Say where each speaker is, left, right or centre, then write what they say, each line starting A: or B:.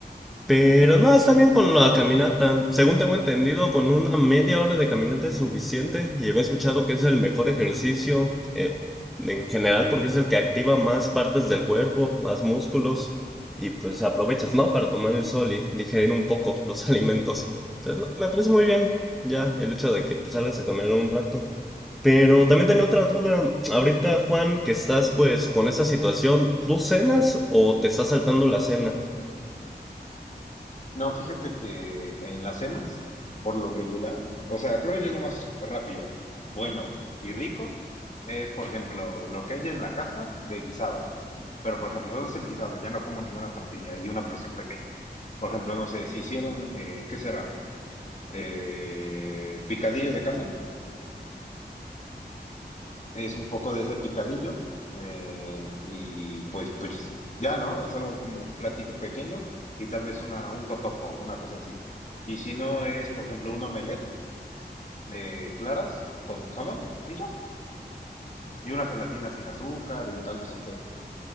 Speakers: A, in the centre; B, on the left.
A: Pero no, está bien con la caminata. Según tengo entendido, con una media hora de caminata es suficiente y había escuchado que es el mejor ejercicio eh, en general porque es el que activa más partes del cuerpo, más músculos y pues aprovechas, ¿no? Para tomar el sol y digerir un poco los <laughs> alimentos. Entonces, no, me parece muy bien ya el hecho de que pues, salgas a caminar un rato. Pero también tenía otra duda. Ahorita, Juan, que estás pues con esta situación, ¿tú cenas o te estás saltando la cena?
B: No, fíjate que en las cenas, por lo regular, o sea, creo yo lo más rápido, bueno y rico es, por ejemplo, lo que haya en la casa de guisados. Pero, por ejemplo, solo es el guisado, ya no como ninguna tortilla y una porción pequeña. Por ejemplo, no sé, si hicieron, eh, ¿qué será? Eh, picadillo de carne. es un poco de ese picadillo eh, y pues, pues ya, ¿no? Solo como un platito pequeño y tal vez una, un totopo, una cosa así. Y si no es, por ejemplo, un omelette de claras con jamón y ya. Y una gelatina sin azúcar y tal vez un té.